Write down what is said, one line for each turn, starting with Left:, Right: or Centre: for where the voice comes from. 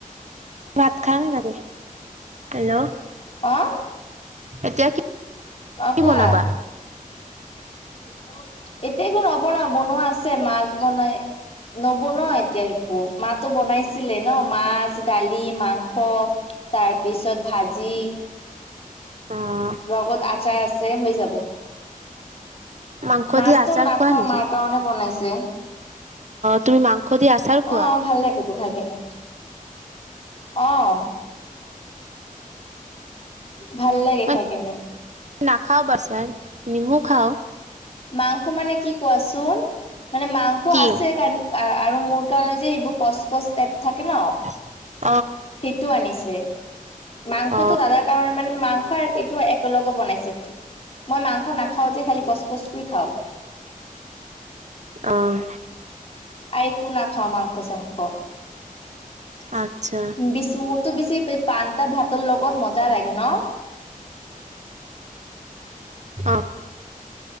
Right: ভাত খা নে নাকে হেল্ল',
Left: অ',
Right: এতিয়া কি <unintelligible>
Left: অ'
Right: কি
Left: কোৱা।
Right: বনাবা?
Left: <unintelligible> এতিয়া একো নবনাও বনোৱা আছে মাছ বনাই নবনাও এতিয়া একো মাতো বনাইছিলে ন' মাছ, দালি, মাংস তাৰ পিছত ভাজি
Right: অ',
Left: লগত আচাৰ আছে হৈ যাব।
Right: মাংস
Left: মাছটো
Right: দি আচাৰ
Left: নাখাওঁ
Right: খোৱা নেকি?
Left: মাৰ কাৰণে বনাইছে অ,
Right: তুমি মাংস দি আচাৰ খোৱা?
Left: ভাল লাগে তো খাই কেনে। অ', ভাল লাগে
Right: মই
Left: খাই কেনে।
Right: নাখাওঁ বাচান নিমু খাওঁ।
Left: মাংস মানে কি কোৱাচোন মানে মাংস
Right: কি?
Left: আছে কাৰণ আৰু মোৰ কাৰণে যে এইবোৰ কচকচ টাইপ থাকে ন'
Right: <unintelligible>
Left: সেইটো আনিছে, মাংসটো
Right: অ',
Left: দাদাৰ কাৰণে মানে মাংস এইটো এক একেলগে বনাইছে, মই মাংস নাখাও যে খালি কচ কচটোৱে খাওঁ।
Right: অ',
Left: একো নখাও মাংস চাংখ।
Right: আচ্ছা
Left: বিছ মোৰতো বেছি পান্তা ভাতৰ লগত মজা লাগে ন?
Right: অ'।